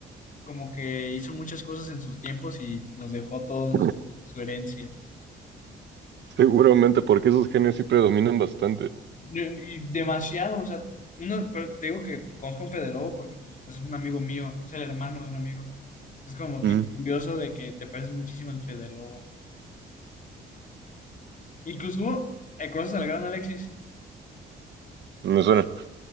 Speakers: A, on the left (about 40°); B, on the right (about 60°).
A: como que hizo muchas cosas en sus tiempos y nos dejó a todos
B: <laughs>
A: nosotros su herencia.
B: Seguramente, porque esos genios sí predominan bastante.
A: Y demasiado, o sea, no, pero te digo que conozco a un Fede Lobo porque pues, es un amigo mío, es el hermano de un amigo. Es como
B: Mm.
A: que curioso de que te pareces muchísimo al Fede Lobo. Incluso, hubo, eh, ¿conoces al gran Alexis?
B: Me suena.